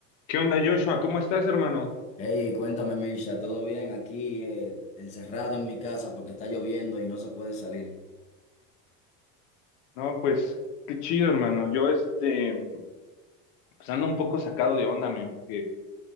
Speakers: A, on the left (about 70°); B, on the left (about 20°).
A: ¿Qué onda, Joshua? ¿Cómo estás, hermano?
B: Hey, cuéntame, Misha, ¿todo bien aquí, eh, encerrado en mi casa porque está lloviendo y no se puede salir?
A: No, pues qué chido, hermano. Yo, este, pues ando un poco sacado de onda, men, porque